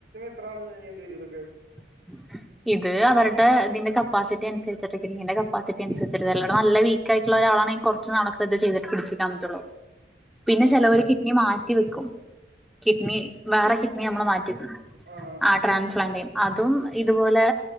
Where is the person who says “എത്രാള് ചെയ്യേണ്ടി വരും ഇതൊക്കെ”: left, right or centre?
Right